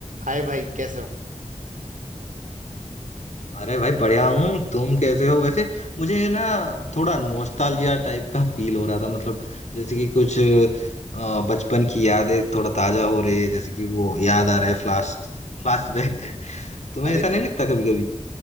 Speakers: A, on the right; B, on the left.
A: हाय भाई कैसे हो
B: अरे भाई बढ़िया हूँ तुम कैसे हो वैसे मुझे ना थोड़ा नोस्टाल्जिया टाइप का फील हो रहा था मतलब जैसे कि कुछ अ, बचपन की यादें थोड़ा ताजा हो रही है जैसे कि वो याद आ रहा है फ्लैश फ्लैशबैक तुम्हें
A: अरे
B: ऐसा नहीं लगता कभी कभी